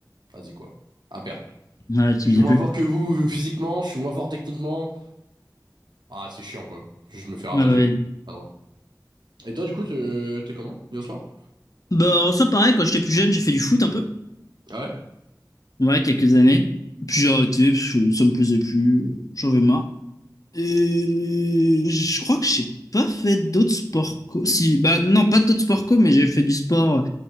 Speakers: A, on the right; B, on the left.
A: vas-y quoi, à perte.
B: Ouais, tu
A: Je
B: me
A: suis
B: disais
A: moins
B: plus.
A: fort que vous euh, physiquement, je suis moins fort techniquement. Ah, c'est chiant quoi. Je me fais ravager.
B: Ah bah oui.
A: Pas drôle. Et toi, du coup, te- t'es comment, hier soir?
B: Bah, en soi, pareil, quand j'étais plus jeune, j'ai fait du foot un peu.
A: Ah ouais?
B: Ouais, quelques années. Puis j'ai arrêté parce que ça me plaisait plus, euh, j'en avais marre. Euh, je crois que j'ai pas fait d'autres sports co. Si, bah non, pas d'autres sports co, mais j'ai fait du sport.